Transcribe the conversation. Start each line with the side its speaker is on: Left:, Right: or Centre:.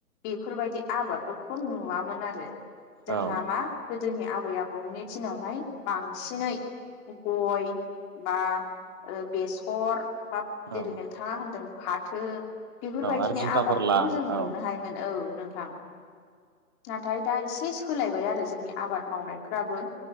Left: बेफोरबायदि आबादफोरखौ नुवामोन आरो
Right: औ
Left: जोंहा
Right: औ
Left: मा गोदोनि आबै आबौमोननि दिनावहाय बांसिनै गय बा बेसर बा
Right: औ
Left: जेरै नोंथाङा होनदों फाथो बेफोरबायदिनि
Right: आरो जिंखा
Left: आबादखौल'
Right: फोरला
Left: जोंङो
Right: औ
Left: नुनो हायोमोन औ नोंथां नाथाय दा एसे सोलायबाय आरो जोंनि आबाद मावनायफ्राबो